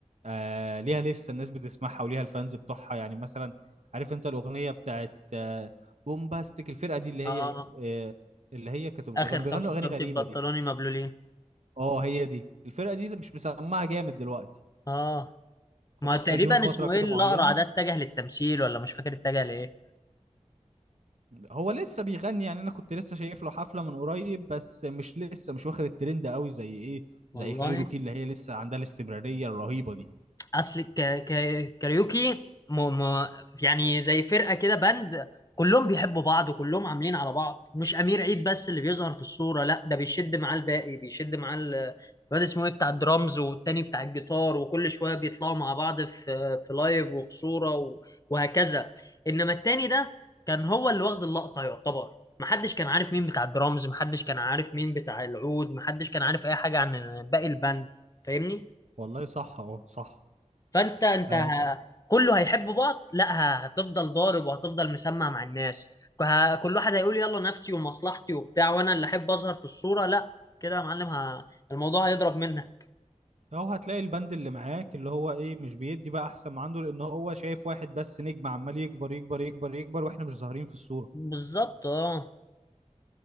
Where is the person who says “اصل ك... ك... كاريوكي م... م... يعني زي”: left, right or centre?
Left